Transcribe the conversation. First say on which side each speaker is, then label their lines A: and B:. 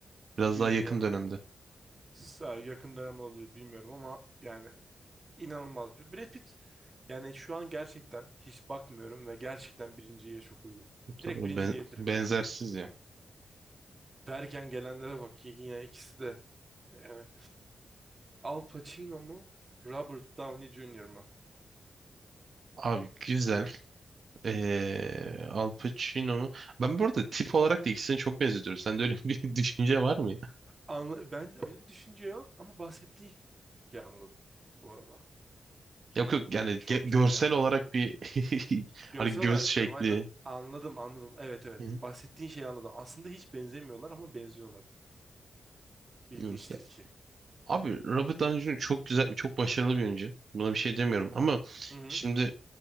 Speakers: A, on the right; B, on the right.
A: Biraz
B: Bilmiyorum.
A: daha yakın dönemde.
B: Sa- Yakın dönem olabilir bilmiyorum ama yani İnanılmaz bir. Brad Pitt yani şu an gerçekten hiç bakmıyorum ve gerçekten birinciye çok uygun.
A: Tabii
B: Direkt birinci
A: ben-
B: diyebilirim
A: benzersiz
B: ya.
A: ya.
B: Derken gelenlere bak yani ikisi de yani Al Pacino mu Robert Downey Junior mu?
A: Abi güzel. Ee, Al Pacino. Ben bu arada tip olarak da ikisini çok benzetiyorum. Sende öyle <laughs> bir düşünce var mı ya?
B: Anla ben öyle bir düşünce yok ama bahsettiğin şeyi anladım bu arada.
A: Yok yok yani
B: Çok
A: ge-
B: çok
A: görsel
B: iyi anladım.
A: olarak bir <laughs>
B: Görsel
A: hani göz
B: olarak
A: şekli.
B: diyorum aynen anladım anladım. Evet evet
A: Hı
B: bahsettiğin şeyi anladım. Aslında hiç benzemiyorlar ama benziyorlar. İlginçtir
A: hı.
B: ki.
A: Abi Robert Downey Jr. çok güzel, çok başarılı bir oyuncu. Buna bir şey demiyorum ama
B: Hı hı
A: şimdi